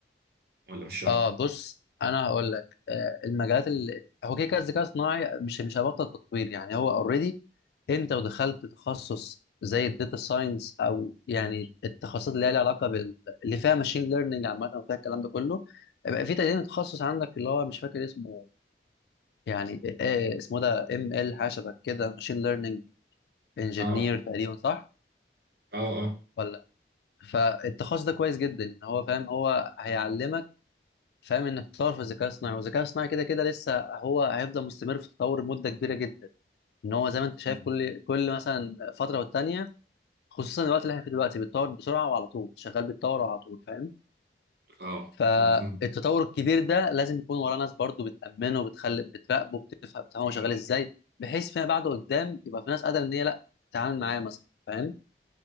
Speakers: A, on the right; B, on the left.
A: ولا مش شرط
B: اه بص انا هقول لك آه المجالات اللي هو كده كده الذكاء الصناعي مش مش هيبطل تطوير يعني هو اوريدي انت ودخلت تخصص زي الداتا ساينس او يعني التخصصات اللي هي لها علاقه بال اللي فيها ماشين ليرنينج عامه وفيها الكلام ده كله بقى في تقريبا تخصص عندك اللي هو مش فاكر اسمه يعني إيه اسمه ده ام ال حاجه شبه كده ماشين ليرنينج انجينير
A: اه
B: تقريبا صح
A: اه اه
B: ولا فالتخصص ده كويس جدا ان هو فاهم هو هيعلمك فاهم انك تطور في الذكاء الصناعي والذكاء الصناعي كده كده لسه هو هيفضل مستمر في التطور مده كبيره جدا ان هو زي ما انت شايف
A: مم.
B: كل كل مثلا فتره والتانيه خصوصا الوقت اللي احنا فيه دلوقتي بيتطور بسرعه وعلى طول شغال بيتطور على طول فاهم
A: اه
B: فالتطور
A: عامة فاهم
B: الكبير ده لازم يكون وراه ناس برضو بتأمنه وبتخلي بتراقبه بتفهم بتفهم هو شغال ازاي بحيث فيما بعد قدام يبقى في ناس قادرة ان هي لا تتعامل معاه مثلا فاهم